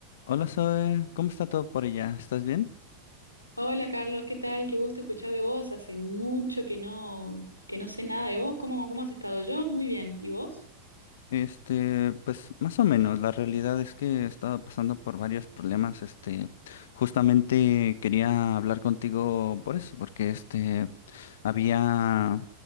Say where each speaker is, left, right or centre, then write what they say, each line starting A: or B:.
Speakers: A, on the left; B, on the left.
A: Hola Zoe, ¿cómo está todo por allá? ¿Estás bien?
B: Hola Carlos, ¿qué tal? Qué gusto escuchar de vos. Hace mucho que no, que no sé nada de vos. ¿Cómo, cómo has estado? Yo muy bien. ¿Y vos?
A: Este, pues más o menos, la realidad es que he estado pasando por varios problemas, este, justamente quería hablar contigo por eso, porque este, había